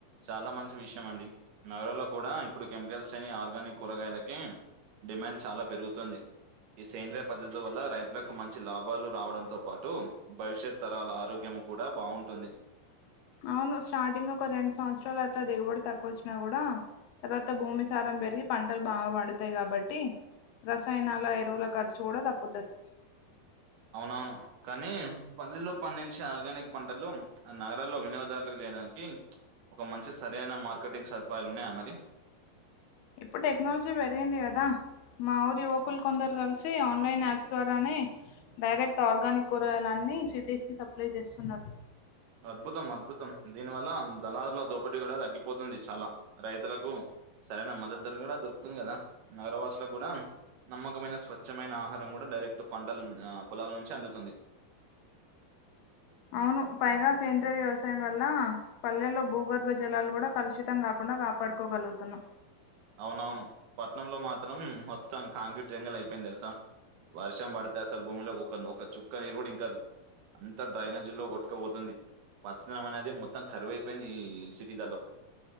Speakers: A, on the right; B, on the left.
A: చాలా మంచి విషయం అండి నగరంలో కూడా ఇప్పుడు కెమికల్స్ లేని ఆర్గానిక్ కూరగాయలకి డిమాండ్ చాలా పెరుగుతుంది ఈ సేంద్రియ పద్ధతి వల్ల రైతులకు మంచి లాభాలు రావడంతో పాటు భవిష్యత్ తరాల ఆరోగ్యం కూడా బాగుంటుంది
B: అవును స్టార్టింగ్లో ఒక రెండు సంవత్సరాలు అట్లా దిగుబడి తక్కువ వచ్చిన కూడా తర్వాత భూమి సారం పెరిగి పంటలు బాగా వండుతాయి కాబట్టి రసాయనాల ఎరువుల ఖర్చు కూడా తప్పుతుంది
A: అవునవును కానీ పల్లెల్లో పండించే ఆర్గానిక్ పంటలు ఆ నగరాల్లో వినియోగదారులకి చేయడానికి ఒక మంచి సరైన మార్కెటింగ్ సదుపాయాలు ఉన్నాయా మరి
B: ఇప్పుడు టెక్నాలజీ పెరిగింది కదా మా ఊరి యువకులు కొందరు కలిసి ఆన్లైన్ యాప్స్ ద్వారానే డైరెక్ట్ ఆర్గానిక్ కూరగాయలన్నీ సిటీస్ కి సప్లై చేస్తున్నారు
A: అద్భుతం అద్భుతం దీని వల్ల దళారుల దోపడి కూడా తగ్గిపోతుంది చాలా రైతులకు సరైన మద్దతు ధర కూడా దొరుకుతుంది కదా నగర వాసులకు కూడా నమ్మకమైన స్వచ్ఛమైన ఆహారం కూడా డైరెక్ట్ పంటల పొలాల నుంచి అందుతుంది <inaudible>
B: అవును పైగా సేంద్రయ వ్యవసాయం వల్ల పల్లెల్లో భూగర్భ జలాలు కూడా కలుషితం కా కుండా కాపాడుకోగలుగుతున్నాం
A: అవునవును పట్నంలో మాత్రం మొత్తం కాంక్రీట్ జంగల్ అయిపోయింది తెలుసా వర్షం పడితే అసలు భూమిలో ఒక ఒక చుక్క నీరు కూడా ఇంకదు అంత డ్రైనేజీ లో కొట్టుకపోతుంది పచ్చదనం అనేది మొత్తం కరువైపోయింది ఈ సిటీలలో